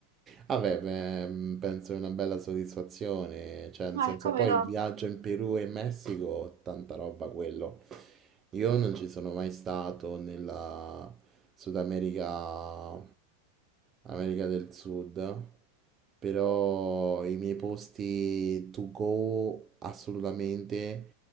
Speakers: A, on the right (about 25°); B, on the right (about 60°).
A: Vabbè, beh, mh, penso è una bella soddisfazione, cioè nel
B: Ma
A: senso
B: come
A: poi
B: no?
A: il viaggio in Perù e in Messico, tanta roba quello. Io non ci sono mai stato nella Sud America, America del Sud, però i miei posti to go assolutamente